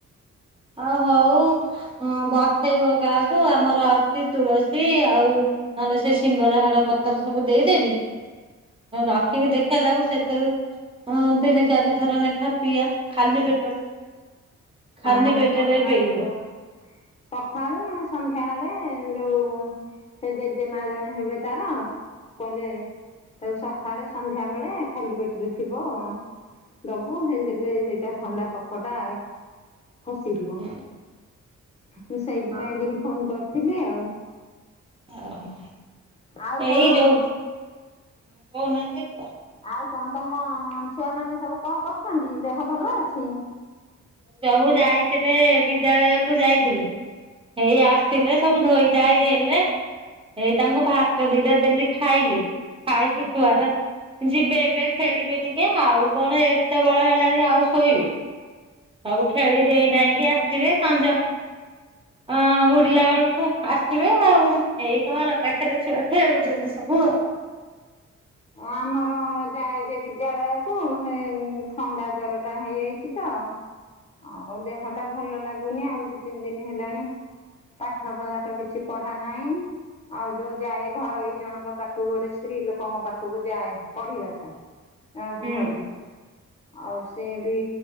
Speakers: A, on the right; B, on the left.
A: ଆଉ ହଉ ବଥେଇବ କାହାକୁ ଆମର ଅଛି ତୁଳସୀ ଆଉ ନହେଲେ ସେ ଶିଙ୍ଗରାହାର ପତର ସବୁ ଦେଇଦେବି ରଖିକି ଦେଖିବା ତାକୁ ସେଥିରୁ ହଁ ତିନି ଚାରି ଥର ଲେଖା ପିଆ ଖାଲି ପେଟରେ ଖାଲି
B: ହଁ
A: ପେଟରେ
B: ସଖାଳୁ
A: ପେଇବ।
B: ସଖାଳୁ ନ ସନ୍ଧ୍ୟା ବଳେ ଯୋଉ ସେ ଜେଜେମା ଜଣେ ହେବେ ତାର କହିଲେ ତାକୁ ସଖାଳେ ସନ୍ଧ୍ୟା ବେଳେ ଖାଲି ପେଟ ରେ ଥିବ ଦବୁ ସେ ଦେଲେ ସେଇଟା ଥଣ୍ଡା କଫଟା ଖସିଯିବ
A: ହୁଁ
B: ମୁଁ ସେଇଥିପାଇଁ
A: ହଁ।
B: ଟିକେ ଫୋନ କରିଥିଲି ଆଉ
A: ଓହୋ
B: ଆଉ
A: ଏଇ
B: କଣ
A: ଯୋଉ କହୁନାହାନ୍ତି କୁହ
B: ଆଉ କଣ ତମ ଛୁଆମାନେ ସବୁକଣ କରୁଛନ୍ତି ଦେହ ଭଲଅଛି
A: ସବୁ ଯାଇଥିଲେ ବିଦ୍ୟାଳୟ କୁ ଯାଇଥିଲେ ହେଇ ଆସଥିଲେ
B: ହଁ
A: ସବୁ ଧୋଇ <unintelligible> ହେଲେ ହେଇ ତାଙ୍କୁ ଭାତ ଦିଟା ଦେଲି ଖାଇଲି ଖାଇକି
B: ହଁ
A: ଛୁଆରେ
B: ହଁ।
A: ଯିବେ ଏବେ ଖେଳିବେ ଟିକେ ଆଉ କଣ ଏତେବଳ ହେଲାଣି ଆଉ ଶୋଇବେ ସବୁ ଖେଳି ଡେଇଁ ଡାଇଁକି ଆସିବେ ସଞ୍ଜ ହଁ ବୁଡିଲା ବେଳକୁ ଆସିବେ ଆଉ ଏଇ ଘର ପାଖରେ ଛୁଆ ଖେଳୁଛନ୍ତି ସବୁ ଆଉ
B: ଆମର ଯାଏ ଯେ ବିଦ୍ୟାଳୟ କୁ ସେ ଥଣ୍ଡା ଜରଟା ହେଇଯାଇଚି ତ ହଉ ଦେହ ଟା ଭଲ ଲାଗୁନି ଆଉ ଦି ତିନି ଦିନ ହେଲାଣି ପାଠଶାଠ କିଛି ପଢା ନାହିଁ ଆଉ ଯୋଉ ଯାଏ ଘରୋଇ ଜଣଙ୍କ ପାଖକୁ ଗୋଟେ ସ୍ତ୍ରୀ ଲୋକଙ୍କ ପାଖ ପାଖକୁ ଯାଏ ପଢିବା ପାଇଁ ଜଣଙ୍କ
A: ହୁଁ।
B: ଘରକୁ ଆଉ ସିଏ ବି